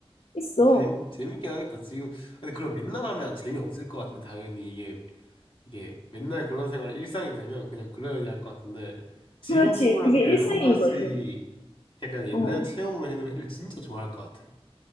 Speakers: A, on the left; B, on the left.
A: 있어.
B: 재밌, 재밌긴 하겠다. 지금, 근데 그걸 맨날 하면 재미없을 것 같은데, 당연히 이게, 이게 맨날 그런 생활 일상이 되면 그냥 그래야 할것 같은데, 지금
A: 그렇지.
B: 초등학교에
A: 그게 일상인
B: 한 번씩
A: 거지.
B: 약간 옛날
A: 어.
B: 체험으로 해놓으면 애들 진짜 좋아할 것 같아.